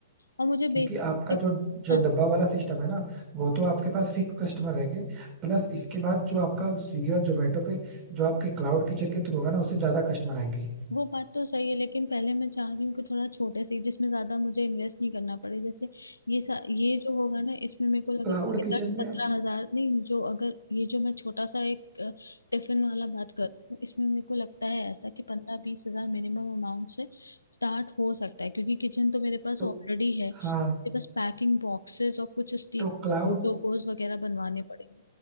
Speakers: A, on the left (about 85°); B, on the right (about 25°).
A: और मुझे
B: क्योंकि
A: बेसिक
B: आपका
A: देखो
B: जो जो
A: हाँ
B: डब्बा वाला सिस्टम है ना वो तो आपके पास फिक्स कस्टमर रहेंगे प्लस इसके बाद जो आपका स्विगी और जोमेटो पे जो आपके क्लाउड किचन के थ्रू होगा ना उससे ज्यादा कस्टमर आएंगे
A: वो बात तो सही है लेकिन पहले मैं चाह रही हूँ कि थोड़ा छोटे से ही, जिसमें ज्यादा मुझे इन्वेस्ट नहीं करना पड़े जैसे ये सा, ये जो होगा ना इसमें मेरे को
B: क्लाउड
A: लग रहा है कि
B: किचन
A: दस
B: में
A: पंद्रह हजार नहीं जो अगर ये जो मैं छोटा सा एक अ, टिफिन वाला बात कर रही हूँ इसमें मेरे को लगता है ऐसा कि पंद्रह बीस हजार मिनिमम अमाउंट से स्टार्ट हो सकता है क्योंकि किचन तो मेरे पास
B: तो
A: ऑलरेडी है मेरे
B: हाँ
A: पास पैकिंग बॉक्सेस और कुछ स्टिक
B: तो क्लाउड
A: लोगोज वगैरह बनवाने पड़ेंगे